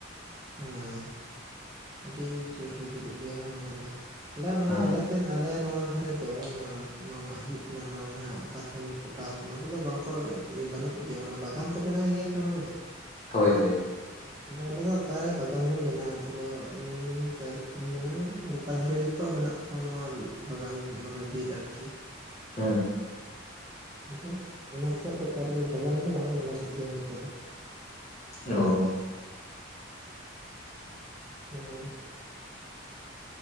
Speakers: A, on the right; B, on the left.
A: ᱦᱮᱸ ᱟᱹᱰᱤ ᱡᱳᱨ ᱜᱮ ᱡᱩᱞᱩᱜ ᱜᱮᱭᱟ ᱵᱟᱝ ᱚᱱᱟ ᱫᱚ ᱟᱞᱮ ᱚᱱᱟ
B: ᱦᱮᱸ
A: ᱟᱞᱮᱥᱮᱫ ᱟᱞᱮ ᱱᱚᱣᱟ ᱠᱟᱷᱟ ᱨᱮᱫᱚ ᱚᱱᱟ ᱱᱟᱟᱜ ᱦᱩᱭᱩᱜ ᱠᱟᱱᱟ ᱱᱚᱣᱟ ᱡᱟᱦᱟᱸ ᱟᱠᱟᱥᱢᱟᱱᱤ ᱯᱚᱴᱟᱥ ᱚᱱᱟ ᱠᱚᱫᱚ ᱵᱟᱝ ᱠᱚ ᱵᱟᱹᱱᱩᱜ ᱜᱮᱭᱟ ᱢᱟᱱᱮ ᱵᱟᱜᱟᱱ ᱠᱚ ᱵᱮᱱᱟᱣ ᱜᱮᱭᱟ ᱥᱮ ᱚᱱᱟ ᱠᱚᱫᱚ᱾
B: ᱦᱳᱭ ᱦᱳᱭ ᱾
A: ᱟᱫᱚ ᱟᱞᱮ ᱫᱚ ᱚᱠᱟᱨᱮ ᱵᱟᱜᱟᱱ ᱫᱚᱢ ᱵᱮᱱᱟᱣᱟ ᱟᱛᱷᱩ ᱠᱚ ᱩ ᱱᱚᱛᱮ ᱟᱨᱠ ᱢᱟᱱᱮ ᱜᱚᱴᱟ ᱫᱷᱟᱨᱮ ᱜᱮᱛᱚ ᱢᱮᱱᱟᱜ ᱛᱟᱢᱟ ᱱᱚᱣᱟ ᱵᱟᱜᱟᱱ ᱢᱟᱱᱮ ᱵᱤᱨ ᱟᱨᱠᱤ᱾
B: ᱦᱮᱸ
A: ᱟᱫᱚ ᱚᱱᱟᱛᱮ ᱟᱫᱚ ᱚᱠᱟᱨ ᱨᱮᱫᱚ ᱵᱟᱜᱟᱱ ᱫᱚ ᱵᱟᱝ ᱵᱟᱹᱱᱩᱜ ᱜᱮᱭᱟ ᱱᱚᱱᱛᱮ ᱫᱚ ᱾
B: ᱚ
A: ᱦᱳᱭ᱾